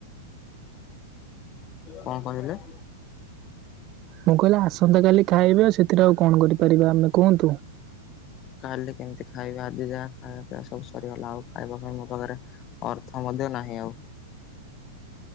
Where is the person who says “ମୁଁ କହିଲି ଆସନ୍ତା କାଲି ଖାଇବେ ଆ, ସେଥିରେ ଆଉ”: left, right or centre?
Right